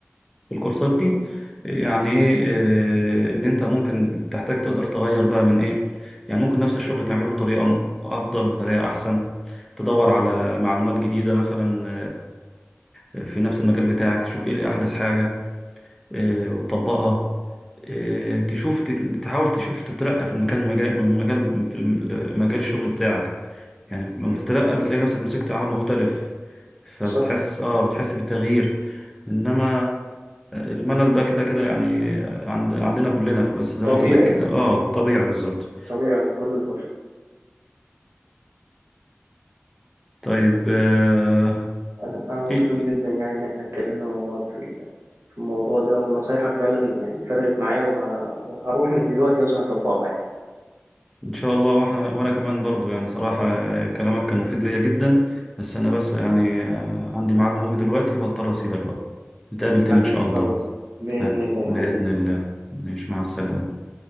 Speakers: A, in the centre; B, on the right (about 90°).
A: الكورسات دي
B: م-
A: يعني ايه آه، ان انت ممكن تحتاج تقدر تغير بقى من ايه يعني ممكن نفس الشغل تعمله بطريقة م- افضل بطريقة احسن تدور على
B: م-
A: معلومات جديدة مثلا آه، في نفس المجال بتاعك تشوف ايه احدث حاجة آه، وتطبقها آه، تشوف تت- تحاول تشوف تترقى في المكان مجال من مجال في الم- مجال الشغل بتاعك يعني لما
B: م.
A: بتترقى بتلاقي نفسك مسكت عمل مختلف فبتحس
B: صح
A: اه بتحس بالتغيير انما الملل ده كده كده يعني عند عندنا كلنا فبس زي
B: طبيعي
A: ما قلت لك كده اه
B: م.
A: طبيعي بالظبط
B: طبيعي عند كل البشر
A: طيب آه
B: انا انا مبسوط
A: إيه إيه،
B: جدا يعني ان احنا اتكلمنا مع بعض في ال- في الموضوع ده ونصايحك فعلا يعني فرقت معايا وه... وهروح من دلوقتي اصلا اطبقها يعني
A: ان شاء الله واحنا وانا كمان برضو يعني صراحة آه، كلامك كان مفيد ليا جدا بس انا بس يعني آه عندي ميعاد مهم دلوقتي وهضطر اسيبك بقى نتقابل تاني
B: حبيبي
A: ان شاء الله
B: خلاص بإذن
A: آه،
B: الله
A: بإذن
B: حبيبي
A: الله ماشي مع السلامة